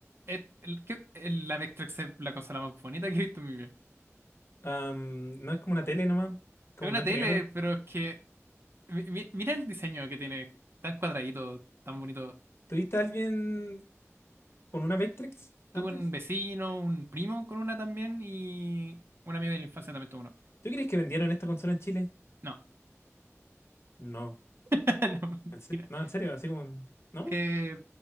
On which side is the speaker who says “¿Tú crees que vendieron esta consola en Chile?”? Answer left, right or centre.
Left